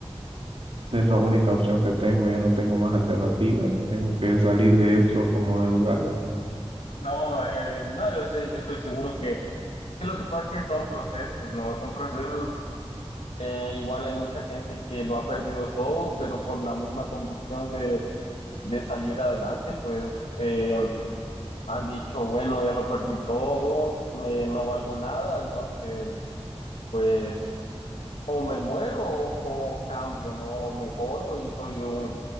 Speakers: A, on the right; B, on the left.
A: Es la única opción que tengo, ya no tengo más alternativas, tengo que salir de eso como de lugar.
B: No, eh, no, yo sé, yo estoy seguro que es que lo que pasa es que son procesos, ¿no? Son procesos, eh, igual hay mucha gente que lo ha perdido todo, pero por la misma convicción de, de salir adelante, pues eh, han dicho, bueno, ya lo perdí todo, me, no valgo nada, entonces, pues o me muero o, o cambio, ¿no? O mejoro y soy un,